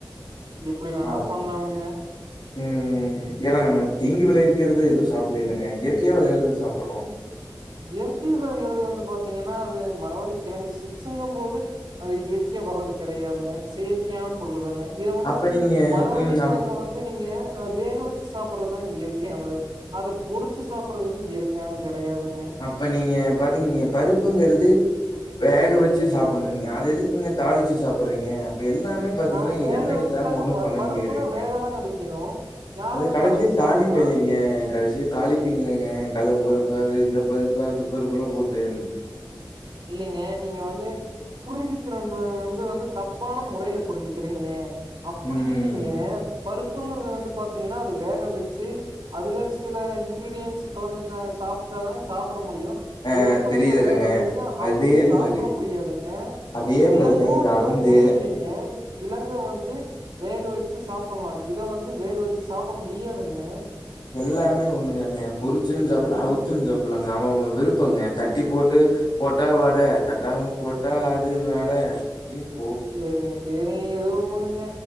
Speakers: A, on the right; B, on the left.
A: எப்டி வேணா
B: ஆவ்
A: பண்லாமுங்க
B: ம் ம் ஏனா நம்ம தீங்கு விளைவிக்கிறது எதுவு சாப்பில்லிலங்க இயற்கையா வெளயறத தா சாப்புட்றோ
A: இயற்கை விளையிறது வந்து பாத்தீங்கன்னா அது மரவள்ளி கெழங்கு சிப்ஸ்சுங்கம்போது அது இயற்கையா வர்றது கெடையாதுங்க செயற்கையா பொருளு தாங்க இத வந்து
B: அப்ப
A: நீங்
B: நீங்க
A: மரவள்ளி
B: ம்.
A: கெழங்க
B: அப்
A: வந் இத நீங்க ஆ வேக வச்சு சாப்பர்றது தாங்க இயற்கையானது அத பொறிச்சு சாப்பர்றது வந்து இயற்கையானது கெடையாதுங்க
B: அப்ப நீங்க பாத்தீங் நீங்க பருப்புங்குறது வேக வச்சு சாப்புட்ணுங்க அது எதுக்குங்க தாளிச்சு சாப்புர்றீங்க அப்ப எல்லாமே பாத்தீங்னா
A: நாங்க வேக
B: எண்ண
A: வச்சு
B: இல்லாம
A: தாங்க
B: ஒன்னு
A: ப
B: பண்ண
A: பருப்புனா
B: முடியாதுங்க
A: வேக தாங்க வைக்கணு யாருங்க
B: அது கடைசியா
A: தாளிச்சு
B: தாலிப்பு
A: சாப்பட்றா
B: இல்லைங்க கடைசியா தாலிப் ப்பிங்களேங்க கல்ல பருப்பு அது இந்த பருப்பு அந்த பருப்புலா போட்டு
A: இல்லைங்க நீங்க வந்து புரிஞ்சுக்கிறவங்க வந்து வந்து தப்பான முறைல புரிஞ்சிக்கிறீங்க அப்டி
B: ம்.
A: இல்லை ங்க பருப்புங்குறது வந்து பாத்தீங்னா அது வேக வச்சு அதுல சில இன்கிரீடியன்ஸ் கலந்த தா சாப் டா தாங்க சாப்ட முடியு வெறு
B: அ
A: பருப்ப
B: தெரியுதுல்லங்க.
A: வேக வச் அப்டியே
B: அதே
A: சாப்ட
B: மாரி
A: முடியாதுங்க
B: அதே
A: கிழங்கு
B: மாரி தாங்க இது அவந்து.
A: இதுவு ஒன்னு இல்லைங்க ங்க கிழங்கு வந்து வேக வச்சு சாப்புல்லா இத வந்து வேக வச்சு சாப்ட முடியாதுங்க
B: எல்லாமே ஒன்னு தாங்க பொறிச்சது சாப்புல்லா அவிச்சது சாப்புல்லாங்க அவ அவே விருப்பங்க தட்டி போட்டு போட்டா வட தட்டாம போட்டா அது வட அப்டின்
A: சேரிங்க சேரிங்க எதோ ஒன்னுங்க